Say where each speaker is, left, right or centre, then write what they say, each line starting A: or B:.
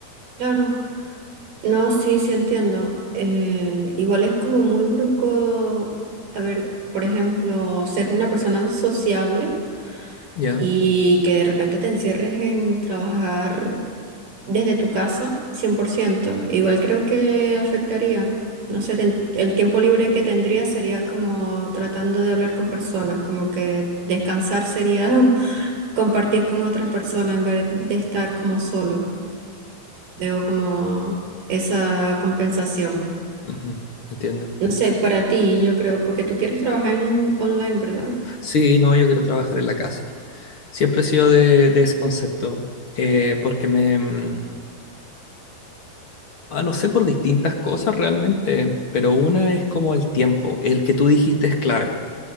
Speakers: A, on the right; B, on the left.
A: Claro. No, sí, sí entiendo. Eh, igual es como muy brusco, a ver, por ejemplo, ser una persona sociable
B: Ya.
A: y que de repente te encierres en trabajar desde tu casa, 100%. Igual creo que afectaría. No sé, ten- el tiempo libre que tendría sería como tratando de hablar con personas, como que descansar sería <laughs> compartir con otras personas en vez de estar como solo. Debo como esa compensación.
B: Ujú, Entiendo.
A: No sé, para ti, yo creo, porque tú quieres trabajar en online, ¿verdad?
B: Sí, no, yo quiero trabajar en la casa. Siempre he sido de, de ese concepto, eh, porque me... mm, ah, no sé por distintas cosas realmente, pero una es como el tiempo, el que tú dijiste es clave.